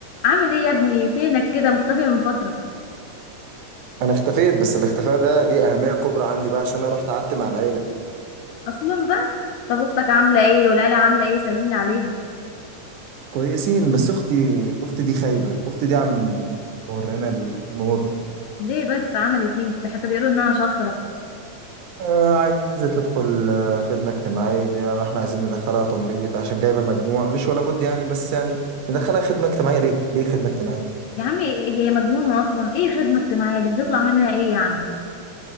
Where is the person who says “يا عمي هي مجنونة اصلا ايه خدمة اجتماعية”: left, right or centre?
Left